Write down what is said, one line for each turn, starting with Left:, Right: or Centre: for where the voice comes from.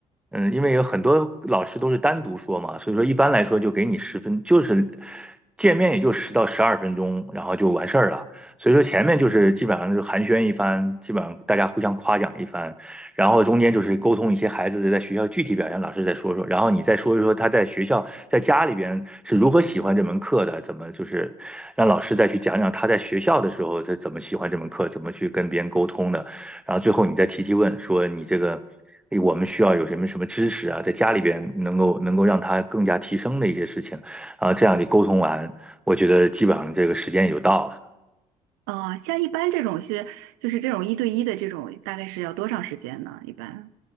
Centre: 嗯，因为有很多老师都是单独说嘛，所以说一般来说就给你十分，就是见面也就十到十二分钟，然后就完事儿了。所以说前面就是基本上就是寒暄一番，基本上大家互相夸奖一番，然后中间就是沟通一些孩子的在学校具体表现，老师再说说，然后你再说一说他在学校在家里边是如何喜欢这门课的，怎么就是让老师再去讲讲他在学校的时候他怎么喜欢这门课，怎么去跟别人沟通的。然后最后你再提提问，说你这个我们需要有什么什么知识啊，在家里边能够能够让他更加提升的一些事情，啊，这样你沟通完，我觉得基本上这个时间也就到了。
Right: 啊、像一般这种是就是这种一对一的这种，大概是要多长时间呢？一般？